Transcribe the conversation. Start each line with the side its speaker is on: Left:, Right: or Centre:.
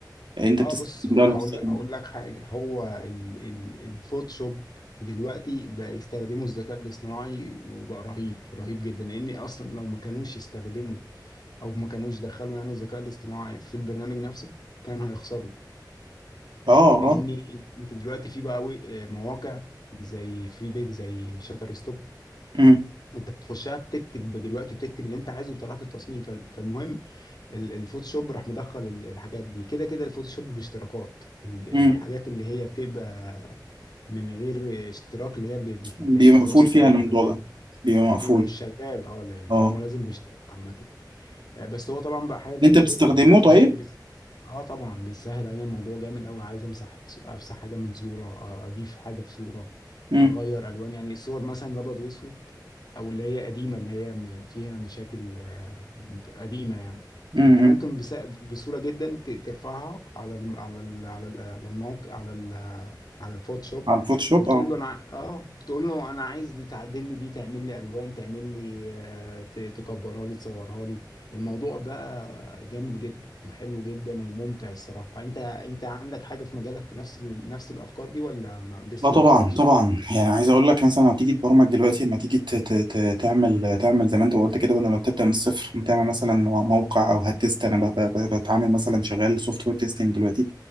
Right: انت
Left: اه
Right: بتستخدم
Left: بص هو
Right: ده
Left: انا
Right: ولا بتستخدم
Left: هقول هقول
Right: ده؟
Left: لك حاجه هو ال- ال- الفوتوشوب دلوقتي بقى يستخدموا الذكاء الاصطناعي وبقى رهيب رهيب جدا لان اصلا لو ما كانوش يستخدموا او ما كانوش دخلوا يعني الذكاء الاصطناعي في البرنامج نفسه كان هيخسروا
Right: اه
Left: لان
Right: اه
Left: انت دلوقتي في بقى و- آه، مواقع زي فري بيك زي شاتر ستوك
Right: امم
Left: انت بتخشها تكتب دلوقتي بتكتب اللي انت عايزه بطريقه التصميم فال- فالمهم ال- الفوتوشوب راح مدخل ال- الحاجات دي كده كده الفوتوشوب باشتراكات ال-
Right: امم
Left: الحاجات اللي هي بتبقى من غير اشتراك اللي هي ب- بتتعمل
Right: بيبقى
Left: بنسخه
Right: مقفول فيها الموضوع ده بيبقى مقفول
Left: بيبقى مش شغال اه لكن
Right: اه
Left: هو لازم باشتراك عامه آه، بس هو طبعا بقى حاجه جامده
Right: انت بتستخدمه
Left: جدا يعني بيسهل
Right: طيب
Left: بس اه طبعا بيسهل علينا الموضوع جامد قوي عايز امسح افسح حاجه من صوره آه، اضيف حاجه في صوره
Right: امم
Left: اغير الوان يعني الصور مثلا الابيض واسود او اللي هي قديمه اللي هي م- فيها مشاكل آه، مت- قديمه يعني
Right: امم
Left: انت ممكن بس- بسهوله جدا ت- ترفعها على الم- على ال- على ال- على الموقع على ال- على الفوتوشوب
Right: على الفوتوشوب
Left: وتقول
Right: اه
Left: له انا ع- اه بتقول له انا عايز دي- تعدل لي دي تعمل لي الوان تعمل لي آه، ت- تكبرها لي تصورها لي الموضوع بقى جامد جدا وحلو جدا وممتع الصراحة انت انت عندك حاجة في مجالك في نفس ال... نفس الافكار دي ولا ما... لسه
Right: اه طبعا
Left: ما وصلتش
Right: طبعا يعني عايز اقول لك مثلا هتيجي تبرمج دلوقتي لما تيجي ت- ت- ت- تعمل تعمل زي ما انت قلت كده بدل ما تبدا من الصفر تعمل مثلا مو- موقع او هتست انا ب- ب- ب- بتعامل مثلا شغال سوفت وير تيستنج دلوقتي